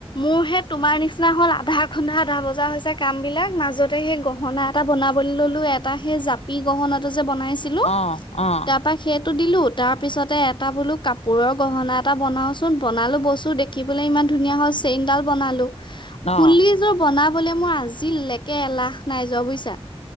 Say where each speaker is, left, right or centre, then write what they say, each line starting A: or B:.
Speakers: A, on the left; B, on the left.
A: মোৰ সে তোমাৰ নিচিনা হ'ল আধা খুণ্ডা আধা বজা হৈছে কাম বিলাক মাজতে সেই গহনা এটা বনাবলৈ ললো এটা সেই জাপি গহনাটো যে বনাইছিলো
B: অ', অ',
A: তা পা সেই দিলো তাৰ পিছতে এটা বোলো কাপোৰৰ গহনা এটা বনাওচোন বনালো বস্তু দেখিবলৈ ইমান ধুনীয়া হ' চেইনডাল বনালো
B: অ'।
A: ফুলিযোৰ বনাবলে মই আজিলেকে এলাহ নাই যোৱা বুজিছা